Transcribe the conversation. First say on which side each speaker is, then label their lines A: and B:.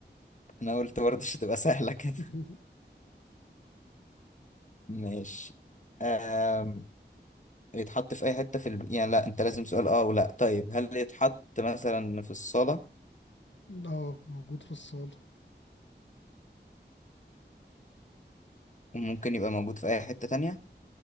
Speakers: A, on the left; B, on the left.
A: انا قلت برضه مش هتبقى سهله كده
B: <laughs>
A: ماشي أم... يتحط في اي حته في الب... يعني لا انت لازم سؤال اه ولا طيب هل يتحط مثلا في الصاله
B: اه موجود في الصالة
A: وممكن يبقى موجود في اي حته تانية